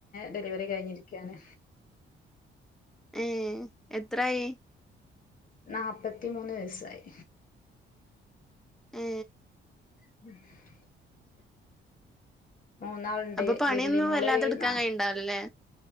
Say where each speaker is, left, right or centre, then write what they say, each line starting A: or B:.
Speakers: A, on the left (about 45°); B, in the centre.
A: ഡെലിവറി കഴിഞ്ഞിരിക്കയാണ്
B: ഏഹ് എത്രായി
A: നാപ്പത്തി മൂന്ന് ദിവസായി
B: ഏ
A: <inaudible> മൂന്നാളുണ്ട്
B: അപ്പൊ പണിയൊന്നും
A: വല്യ മോളേയിന്ന
B: വല്ലാതെ എടുക്കാൻ കഴിയുണ്ടാവില്ലല്ലേ